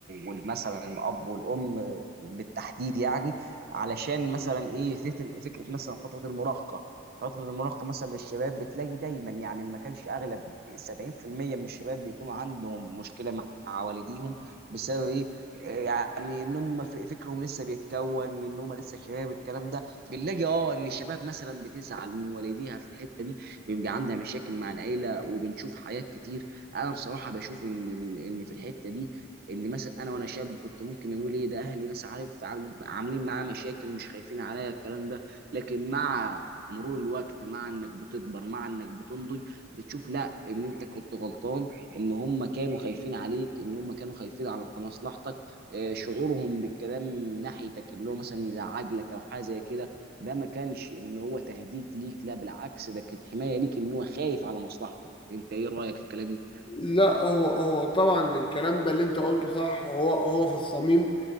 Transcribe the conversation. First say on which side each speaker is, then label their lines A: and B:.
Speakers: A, on the right; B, on the left.
A: ومثلا الأب والأم بالتحديد يعني علشان مثلا إيه فكرة فكرة مثلا فترة المراهقة فترة المراهقة مثلا للشباب بتلاقي دايما يعني ما كانش أغلب 70% من الشباب بيكونوا عندهم مشكلة مع والديهم بسبب إيه يعني إن هم ف- فكرهم لسه بيتكون إن هم لسه شباب الكلام ده بنلاقي اه ان الشباب مثلا بتزعل من والديها في الحته دي بيبقى عندها مشاكل مع العيله وبنشوف حاجات كتير انا بصراحه بشوف ان ان في الحته دي ان مثلا انا وانا شاب كنت ممكن اقول ايه ده اهلي مثلا عارف عامل- عاملين معايا مشاكل مش خايفين عليا الكلام ده لكن مع مرور الوقت مع انك بتكبر مع انك بتنضج بتشوف لا ان انت كنت غلطان ان هم كانوا خايفين عليك ان هم كانوا خايفين على مصلحتك آه، شعورهم بالكلام ناحيتك اللي هو مثلا يزعج لك او حاجه زي كده ده ما كانش ان هو تهديد ليك لا بالعكس ده كان حمايه ليك ان هو خايف على مصلحتك انت ايه رايك في الكلام ده
B: لا هو هو طبعا الكلام ده اللي انت قلته صح هو هو في الصميم